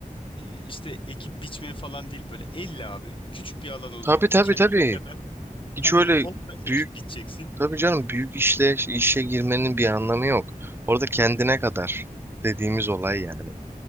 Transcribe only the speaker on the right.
Tabii tabii
tabii.
Hiç
öyle
büyük
tabii canım büyük işle işe girmenin bir anlamı yok. Orada kendine kadar dediğimiz olay yani.